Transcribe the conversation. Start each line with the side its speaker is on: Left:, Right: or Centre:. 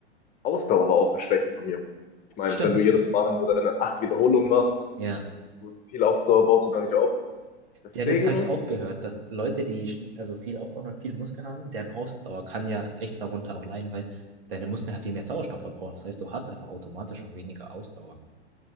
Left: Ausdauer war auch eine Schwäche von mir. Ich meine,
Right: Stimmt.
Left: wenn du jedes Mal nur deine acht Wiederholungen machst,
Right: Ja.
Left: gut, viel Ausdauer baust du da nicht auf. Deswegen,
Right: Ja, das habe ich auch gehört, dass Leute, die schn- also viel aufbauen und viel Muskel haben, deren Ausdauer kann ja echt darunter auch leiden, weil deine Muskeln halt viel mehr Sauerstoff verbrauchen. Das heißt, du hast einfach automatisch auch weniger Ausdauer.